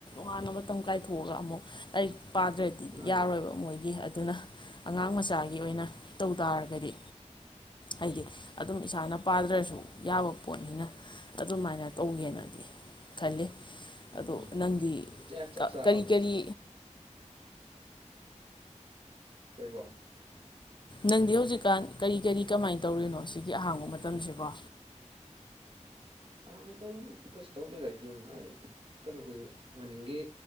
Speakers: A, on the left; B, on the right.
A: ꯋꯥꯅ ꯃꯇꯝ ꯀꯥꯏꯊꯣꯛꯑꯒ ꯑꯃꯨꯛ ꯑꯩ ꯄꯥꯗ꯭ꯔꯗꯤ
B: ꯃꯥꯅꯦ
A: ꯌꯥꯔꯣꯏꯕ ꯃꯣꯏꯒꯤ ꯑꯗꯨꯅ ꯑꯉꯥꯡ ꯃꯆꯥꯒꯤ ꯑꯣꯏꯅ
B: ꯎꯝ
A: ꯇꯧ ꯇꯥꯔꯒꯗꯤ ꯑꯩꯗꯤ ꯑꯗꯨꯝ ꯏꯁꯥꯅ ꯄꯥꯗ꯭ꯔꯁꯨ ꯌꯥꯕ ꯄꯣꯠꯅꯤꯅ ꯑꯗꯨꯃꯥꯏꯅ ꯇꯧꯒꯦꯅꯗꯤ
B: ꯎꯝ
A: ꯈꯜꯂꯤ ꯑꯗꯣ
B: ꯎꯝ
A: ꯅꯪꯗꯤ
B: ꯆꯞ ꯆꯥꯕꯅꯤ
A: ꯀꯔꯤ ꯀꯔꯤ
B: ꯀꯩꯕꯣ
A: ꯅꯪꯗꯤ ꯍꯧꯖꯤꯛꯀꯥꯟ ꯀꯔꯤ ꯀꯔꯤ ꯀꯃꯥꯏꯅ ꯇꯧꯔꯤꯅꯣ ꯁꯤꯒꯤ ꯑꯍꯥꯡꯕ ꯃꯇꯝꯁꯤꯕꯣ
B: ꯑꯉꯥꯡ ꯃꯇꯝ ꯀꯩꯁꯨ ꯇꯧꯗꯣꯏꯗ ꯌꯨꯝꯅ ꯀꯩꯅꯣꯒꯤ ꯃꯅꯤꯡꯒꯤ